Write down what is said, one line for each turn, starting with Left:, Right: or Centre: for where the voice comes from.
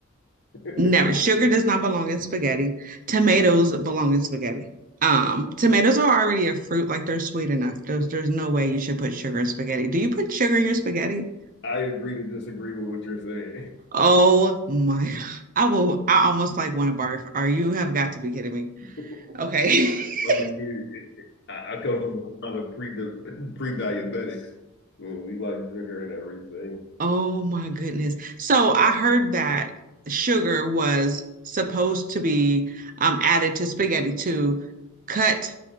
Left: <laughs>
Right: Never. Sugar does not belong in spaghetti. Tomatoes belong in spaghetti. Um, tomatoes are already a fruit, like they're sweet enough. There's there's no way you should put sugar in spaghetti. Do you put sugar in your spaghetti?
Left: I agree to disagree with what you're saying.
Right: Oh my God. I will I almost like want to barf. Are you have got to be kidding me?
Left: <laughs>
Right: Okay. <laughs>
Left: I mean, it, it, I I come from a another pre pre diabetic. we like sugar and everything.
Right: Oh my goodness. So I heard that sugar was supposed to be um added to spaghetti to cut